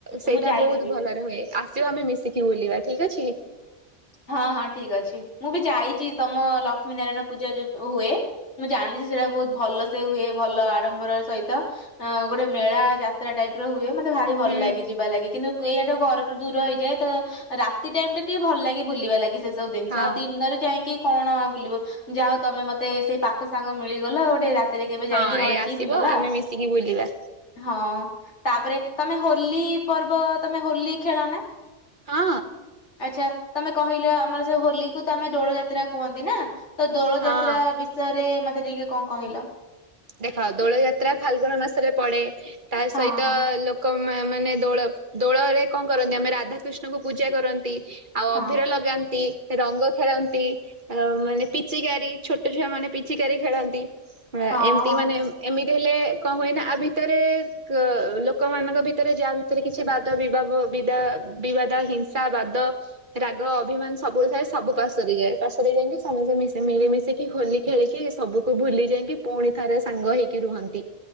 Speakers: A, on the right; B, on the left.
A: ସେଇଟା
B: ମୁଁ ଯାଇଛି
A: ବହୁତ୍
B: ବି।
A: ଭଲରେ ହୁଏ ଆସିବ ଆମେ ମିଶିକି ବୁଲିବା ଠିକ୍ ଅଛି।
B: ହଁ ହଁ ଠିକ୍ ଅଛି ମୁଁ ବି ଯାଇଚି ତମ ଲକ୍ଷ୍ମୀ ନାରାୟଣ ପୂଜା ଯ ଯୋ ହୁଏ। ମୁଁ ଜାଣିଚି ସେଟା ବହୁତ୍ ଭଲ ସେ ହୁଏ ଭଲ ଆଡମ୍ବର ସହିତ। ଆ ଗୋଟେ ମେଳା ଯାତ୍ରା ଟାଇପ୍ ର ହୁଏ ମତେ ଭାରି ଭଲ୍
A: ହୁଁ
B: ଲାଗେ ଯିବା ଲାଗି। କିନ୍ତୁ ଏଇଆଟ ଘରଠୁ ଦୂର ହେଇଯାଏ। ତ ରାତି ଟାଇମ୍ ଟା ଟିକେ ଭଲ୍ ଲାଗେ ବୁଲିବା ଲାଗି। ସେ ସବୁ ଦିନଷ
A: ହଁ
B: ଆଉ ଦିନରେ ଯାଇଙ୍କି କଣ ଆଉ ବୁଲିବୁ ଯାହା ହୋଉ ତମେ ମତେ ସେଇ ପାଖ ସାଙ୍ଗ ମିଳିଗଲ ଗୋଟେ ରା ତି ରେ କେବେ
A: ହଁ
B: ଯାଇଁକି ରହିକି
A: ଏଇ ଆସିବ
B: ବୁଲିବା
A: ଆମେ
B: ଆଉ।
A: ମିଶିକି ବୁଲିବା
B: ହଁ ତାପରେ ତମେ ହୋଲି ପର୍ବ ତମେ ହୋଲି ଖେଳ ନା?
A: ହଁ
B: ଆଚ୍ଛା। ତମେ କହିଲ ଆମର ସେ ହୋଲିକୁୁ ତ ଆମେ ଦୋଳ ଯାତ୍ରା କୁହନ୍ତି ନା। ତ ଦୋଳ
A: ହଁ।
B: ଯାତ୍ରା ବି ଶୟରେ ମତେ ଟିକେ କଣ କହିଲ?
A: ଦେଖ ଦୋଳ ଯାତ୍ରା ଫାଲଗୁନ ମାସରେ ପଡେ। ତା ସହିତ
B: ହଁ ହଁ
A: ଲୋ କମାନେ ଦୋଳ ଦୋଳରେ କଣ କରନ୍ତି? ଆମେ ରାଧାକ୍ରିଷ୍ଣଙ୍କୁ ପୂଜା କରନ୍ତି। ଆଉ ଅଭିିର
B: ହଁ
A: ଲଗାନ୍ତି। ରଙ୍ଗ ଖେଳନ୍ତି ଆ ମାନେ ପିଚିକାରି ଛୋଟ ଛୁଆ ମାନେ ପିଚିକାରି ଖେଳନ୍ତି ଏମତି
B: ହଁ ହଁ
A: ମାନେ ଏମିତି ହେଲେ କଣ ହୁଏନା ଆ ଭିତରେ ଲୋକମାନଙ୍କ ଭିତରେ ଯାହା ଭିତରେ କିଛି ବାଦ ବିବାବ ବିଦ ବିବାଦ ହିଂସା ବାଦ ରାଗ ଅଭିମାନ ସବୁବେଳେ ଥାଏ ସବୁ ପାସରେ ଯାଏ ପାସରେ ଯାଇକି ସମସ୍ତେ ମିଶି ମିଳିମିଶିକି ହୋଲି ଖେଳିକି ସବୁକୁ ଭୁଲି ଯାଇକି ପୁଣି ଥରେ ସାଙ୍ଗ ହେଇକି ରୁହନ୍ତି